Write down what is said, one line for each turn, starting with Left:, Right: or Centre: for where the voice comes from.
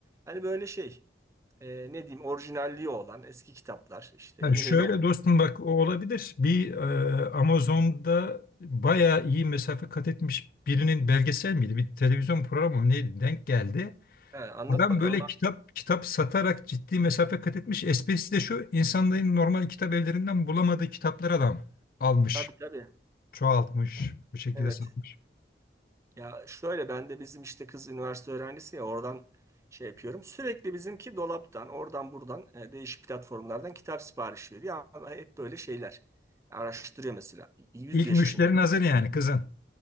Right: hani böyle şey e, ne diyeyim orijinalliği olan eski kitaplar işte
Left: Ha,
Right: yeni
Left: şöyle
Right: de olan.
Left: dostum bak o olabilir. Bir e, Amazon'da bayağı iyi mesafe kat etmiş birinin belgesel miydi? Bir televizyon programı mı neydi? Denk geldi.
Right: Ha, anlat
Left: Adam
Right: bakalım
Left: böyle
Right: abi.
Left: kitap kitap satarak ciddi mesafe kat etmiş. Esprisi de şu insanların normal kitap evlerinden bulamadığı kitapları adam almış,
Right: Tabii tabii.
Left: çoğaltmış, bu şekilde
Right: Evet.
Left: satmış.
Right: Ya şöyle ben de bizim işte kız üniversite öğrencisi ya oradan şey yapıyorum. Sürekli bizimki dolaptan, oradan buradan e, değişik platformlardan kitap sipariş veriyor. Ya hep böyle şeyler. Araştırıyor mesela. 100
Left: İlk
Right: yaşında
Left: müşterin hazır yani kızın.